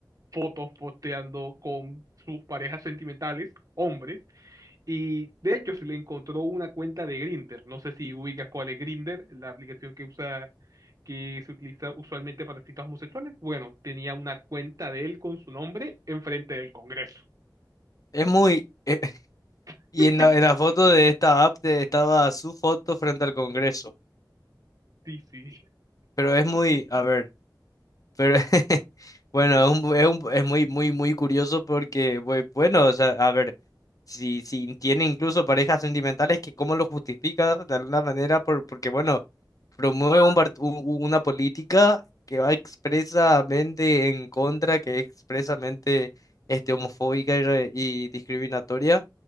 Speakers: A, on the right; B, on the left.
A: fotos posteando con sus parejas sentimentales, hombres, y de hecho se le encontró una cuenta de Grindr. No sé si ubicas cuál es Grindr, la aplicación que usa, que se utiliza usualmente para citas homosexuales. Bueno, tenía una cuenta de él con su nombre enfrente del Congreso.
B: Es muy... eh, <laughs>
A: <laughs>
B: y en la, en la foto de esta app eh, estaba su foto frente al Congreso,
A: Sí, sí.
B: pero es muy... A ver. Pero <laughs> bueno, es, un- es un- es muy, muy, muy curioso porque, bue- bueno, o sea, a ver, si, si tiene incluso parejas sentimentales, que cómo lo justifica de alguna manera, por, porque, bueno, promueve un part- u- u- una política que va expresamente en contra, que es expresamente este, homofóbica y, re- y discriminatoria